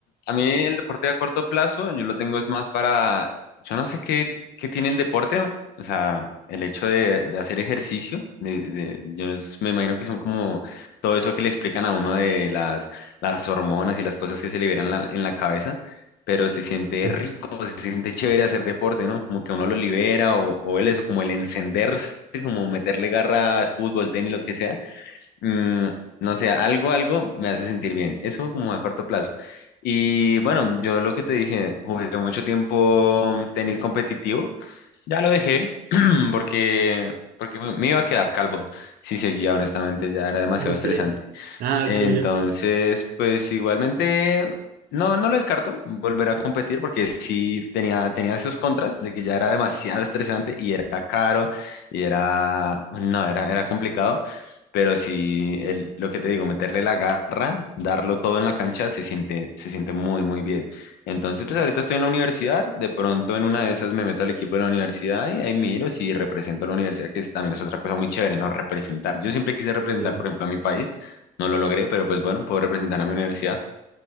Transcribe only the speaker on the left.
a mí el deporte a corto plazo, yo lo tengo es más para, yo no sé qué, qué tiene el deporte, o sea, el hecho de, de hacer ejercicio, de, de- yo es- me imagino que son como todo eso que le explican a uno de las, las hormonas y las cosas que se liberan en la, en la cabeza, pero se siente
rico, se siente chévere hacer deporte, ¿no? Como que uno lo libera o, o el eso, como el encenderse, como meterle garra a fútbol, tenis, lo que sea mm, no sé, algo, algo me hace sentir bien. Eso como a corto plazo. Y bueno, yo lo que te dije, jugué mucho tiempo tenis competitivo. Ya lo dejé <clears throat> porque, porque me me iba a quedar calvo si seguía, honestamente, ya era demasiado
estresante.
Entonces,
pues igualmente, no, no lo descarto volver a competir porque sí tenía, tenía esos contras de que ya era demasiado estresante y era caro y era, no, era, era complicado, pero sí, el- lo que te digo, meterle la garra, darlo todo en la cancha, se siente, se siente muy, muy bien. Entonces, pues ahorita estoy en la universidad, de pronto en una de esas me meto al equipo de la universidad y ahí miro si represento a la universidad, que es- también es otra cosa muy chévere, ¿no? Representar. Yo siempre quise representar,
por ejemplo, a mi país. No lo logré, pero pues bueno, puedo representar a mi universidad.